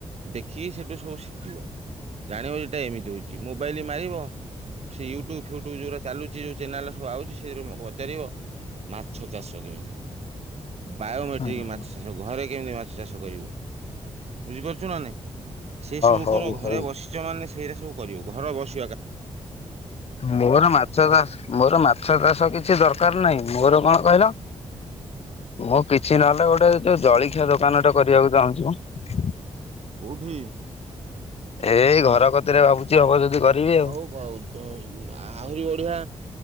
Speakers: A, on the right (about 60°); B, on the left (about 55°).
A: ଦେଖିକି ସେଇଠୁ ସବୁ ଶିଖିବ, ଜାଣିବ ଏଟା ଏମିତି ହଉଛି ମୋବାଇଲ ମାରିବ। ସେ ୟୁଟ୍ୟୁବ୍ ଫୁଟ୍ୟୁବ୍ ଯୋଉଗୁରା ଚାଲୁଛି ଯୋଉ ଚେନାଲ୍ ସବୁ ଆଉଛି ସେରୁ ପଚାରିବ। ମାଛ ଚାଷ କେମିତି ହୁଏ? ବାୟୋମେଟ୍ରିକ୍
B: ହଁ
A: ମାଛ ଚାଷ, ଘରେ କେମିତି ମାଛ ଚାଷ କରିବୁ? ବୁଝିପାରୁଛୁ ନା ନାହିଁ, ସେ ସବୁ
B: ହଉ
A: କର
B: ହଉ
A: ଘରେ ବସିଛ ମାନେ ସେଇରା ସବୁ କରିବ ଘର ବସ୍
B: ମୋର ମାଛ ଚାଷ୍ ମୋର ମାଛ ଚାଷ କିଛି ଦରକାର ନାହିଁ। ମୋର କଣ କହିଲ? ମୁଁ କିଛି ନହେଲେ ଗୋଟେ ଯୋଉ ଜଳଖିଆ ଦୋକାନଟେ କରିବାକୁ ଚାହୁଁଛି ମ
A: କୋଉଠି?
B: ଏଇ ଘର କତିରେ ଭାବୁଛି ହବ ଯଦି। କରିବି ଆଉ
A: ହଉ ହଉ ଆହୁରି ବଢିଆ।